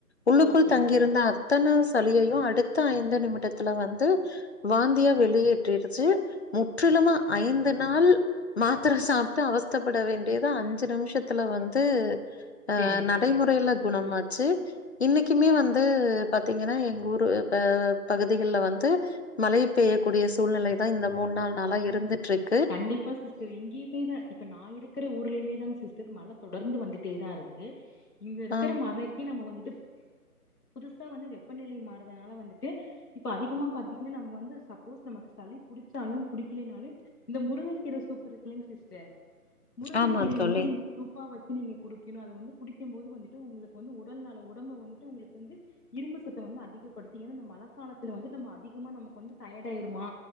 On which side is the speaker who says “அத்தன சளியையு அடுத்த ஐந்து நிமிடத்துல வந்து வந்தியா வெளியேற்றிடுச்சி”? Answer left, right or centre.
Left